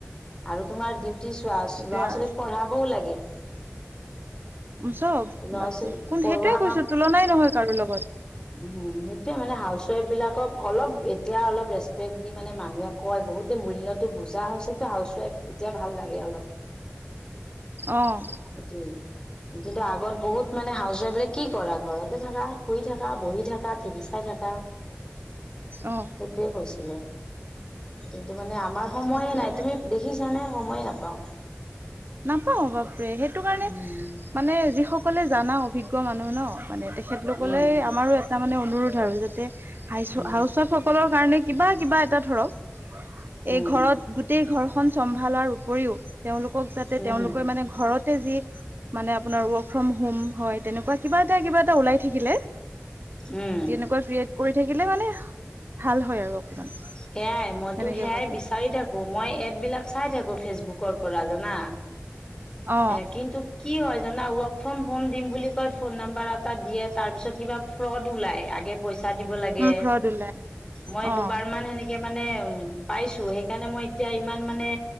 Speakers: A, on the left; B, on the right.
A: আৰু তোমাৰ ডিউটি চোৱা ল'ৰা
B: সেইটোয়ে
A: -ছোৱালীক
B: আৰু
A: পঢ়াবও লাগে।
B: চব,
A: ল'ৰা
B: বাপৰে!
A: ছোৱালী
B: কোন
A: পঢ়োৱা
B: সেইটোৱে কৈছো তুলনাই নহয় কাৰো লগত।
A: উম, সেইটোয়ে মানে হাউচ ৱাইফ বিলাকক অলপ এতিয়া অলপ ৰেচপেক্ট দি মানে মানুহে- কয়, বহুতে মূল্যতটো বুজা হৈছেতো হাউচ ৱাইফ এতিয়া ভাল লাগে অলপ।
B: অঁ।
A: এইটোয়ে কিন্তু আগত বহুত মানে হাউচ ৱাইফ কি কৰা, ঘৰতে থাকা শুই থাকা? থকা বহি থাকা, টিভি চাই থাকা।
B: অ
A: সেইটোৱে কৈছিলে। কিন্তু মানে আমাৰ সময়
B: সেইটোয়ে
A: নাই তুমি- দেখিছানে সময়ে নাপাওঁ।
B: নাপাওঁ বাপৰে! সেইটো কাৰণে-
A: উম।
B: মানে যিসকলে জানা অভিজ্ঞ মানুহ ন মানে তেখেতলোকলে
A: উম
B: আমাৰো এ- টা মানে অনুৰোধ আৰু যাতে হ
A: উম
B: হাউচ ৱাইফ সকলৰ কাৰণে কিবা কিবা এটা ধৰক-
A: উম
B: এই ঘৰত গোটেই ঘৰখন চম্ভালাৰ উপৰিও তেওঁলোক- ক যাতে
A: উম
B: তেওঁলোকৰ মানে ঘৰতে যি মানে আপোনাৰ ৱৰ্ক ফ্ৰম হোম হয়, তেনেকুৱা - কিবা এটা, কিবা এটা ওলাই থাকিলে
A: উম
B: তেনেকুৱা ক্ৰিয়েট কৰি থাকিলে মানে- ভাল হয় আৰু। অকমান
A: সেয়াই মইতো
B: সেনেকে
A: সেয়াই
B: ভাবো
A: বিচাৰি থাকো মই এড বিলাক চাই থাকো ফেচবুকৰ পৰা জানা,
B: অ
A: এ কিন্তু কি হয় জানা, ৱৰ্ক ফ্ৰম হোম দিম বুলি কয় ফোন নাম্বাৰ এটা দিয়ে তাৰ পিছত কিবা ফ্ৰড ওলাই আগে পইচা দিব লাগে।
B: উম ফ্ৰড ওলাই।
A: মই দুবাৰ
B: অ
A: মান সেনেকে মানে পাইছো, সেইকাৰণে মই এতিয়া ইমান মানে